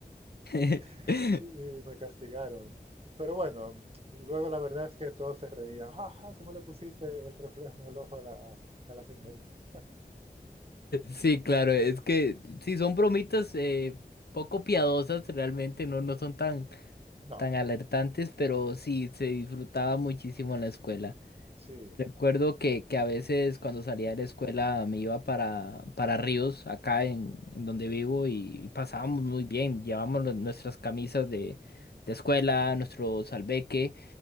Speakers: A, on the left; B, on the right.
A: <laughs>
B: <laughs> y me castigaron. Pero bueno, luego la verdad es que todos se reían, jaja, ¿cómo le pusiste el reflejo en el ojo a la, a la señorita?
A: Sí, claro, es que sí, son bromitas eh, poco piadosas, realmente no, no son tan,
B: No,
A: tan alertantes, pero sí, se disfrutaba muchísimo en la escuela.
B: sí,
A: Recuerdo que, que a veces cuando salía de la escuela me iba para, para Ríos, acá en, en donde vivo, y, y pasábamos muy bien. Llevábamos lo- nuestras camisas de, de escuela, nuestro salveque,